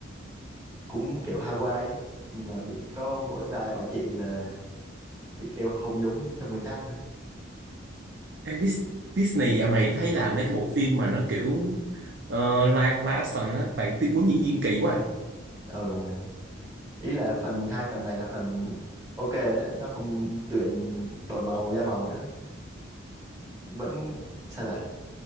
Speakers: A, on the right; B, on the right.
A: cũng kiểu Hawaii ấy nhưng mà bị có mỗi vài bà chị là bị kêu không giống trong nguyên tác thôi
B: Em Dis- Disney dạo này thấy làm mấy cái bộ phim mà nó kiểu ờ, live, live action á, toàn tiếng muốn diễn viên kỳ quá. à.
A: ừ mày ý là phần hai phần này là phần ok đó nó không tuyển đổi màu da màu đó vẫn sao ta